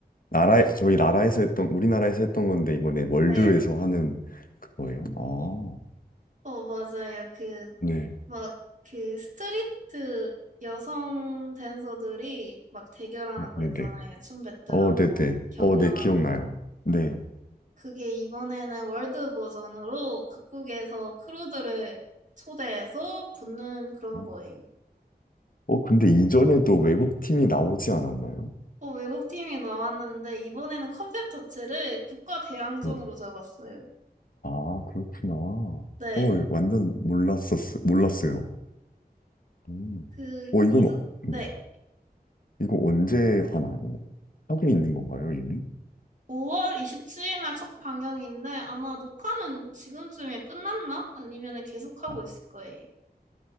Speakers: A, on the left; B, on the right.
A: 나라 저희 나라에서 했던 우리나라에서 했던 건데 이번에 월드에서
B: 네.
A: 하는 그거예요. 아.
B: 어, 맞아요. 그,
A: 네.
B: 막, 그 스트리트 여성 댄서들이 막 대결하는
A: 어,
B: 거
A: 네네.
B: 있잖아요. 춤 배틀하고
A: 어, 네네.
B: 경연하고.
A: 어, 네, 기억나요. 네.
B: 그게 이번에는 월드 버전으로 각국에서 크루들을 초대해서 붙는 그런
A: 어,
B: 거예요.
A: 어, 근데 이전에도 외국 팀이 나오지 않았나요?
B: 어, 외국 팀이 나왔는데 이번에는 컨셉 자체를 국가 대항전으로
A: 네.
B: 잡았어요.
A: 아, 그렇구나. 어,
B: 네.
A: 완전 몰랐었, 몰랐어요. 음.
B: 그,
A: 어, 이건,
B: 이전,
A: 어- 네.
B: 네.
A: 이거 언제 하나요? 하고 있는 건가요, 이미?
B: 5월 27일날 첫 방영인데 아마 녹화는 지금쯤에 끝났나? 아니면 계속 하고
A: 아,
B: 있을 거예요.